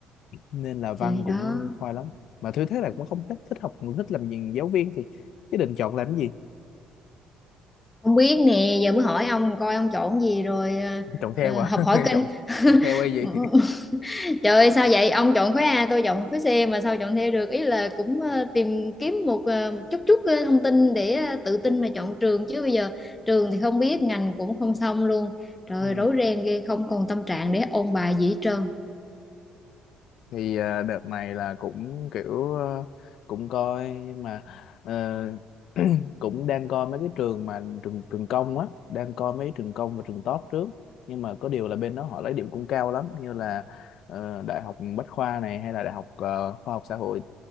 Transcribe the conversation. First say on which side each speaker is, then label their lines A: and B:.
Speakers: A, on the left; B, on the left.
A: nên là văn
B: thì
A: cũng
B: đó
A: khoai lắm mà thứ thế là cũng không thích thích học thích làm gì giáo viên thì chứ định chọn làm cái gì
B: Không biết nè, giờ mới hỏi ông coi ông chọn gì rồi ờ,
A: chọn theo
B: ờ,
A: à
B: học hỏi
A: <laughs>
B: kinh.
A: chọn chọn theo hay gì
B: <laughs> Trời ơi sao vậy? Ông chọn khối A, tôi chọn khối C mà sao chọn theo được? Ý là cũng ờ, tìm kiếm một ờ, một chút chút ờ, thông tin để ờ, tự tin mà chọn trường chứ bây giờ trường thì không biết, ngành cũng không xong luôn. Trời
A: <laughs> Ừ.
B: ơi, rối ren ghê, không còn tâm trạng để ôn bài gì hết trơn.
A: thì à, đợt này là cũng kiểu ờ, cũng coi nhưng mà ờ, <clears throat> cũng đang coi mấy cái trường mà trường trường công á đang coi mấy trường công và trường top trước nhưng mà có điều là bên đó họ lấy điểm cũng cao lắm như là ờ, đại học Bách khoa này hay là đại học ờ, khoa học xã hội